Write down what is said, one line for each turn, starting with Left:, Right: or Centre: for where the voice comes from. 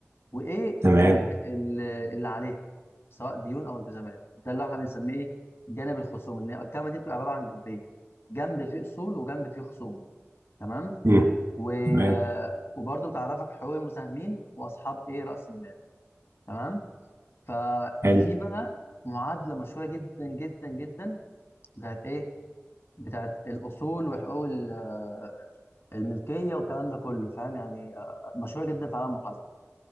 Left: وايه
Right: تمام
Left: ال- ال- اللي عليها سواء ديون او التزامات ده اللي احنا بنسميه ايه جانب الخصوم ان هي الكلمه دي بتبقى عباره عن جنبين جنب فيه اصول وجنب فيه خصوم تمام
Right: مم.
Left: و...
Right: تمام
Left: آه، وبرضه بتعرفك حقوق المساهمين واصحاب ايه راس المال تمام ففي
Right: حلو
Left: بقى معادله مشهوره جدا جدا جدا بتاعت ايه بتاعت الاصول وحقوق ال- آه، الملكيه والكلام ده كله فاهم يعني آه، مشهوره جدا في عالم المحاسبه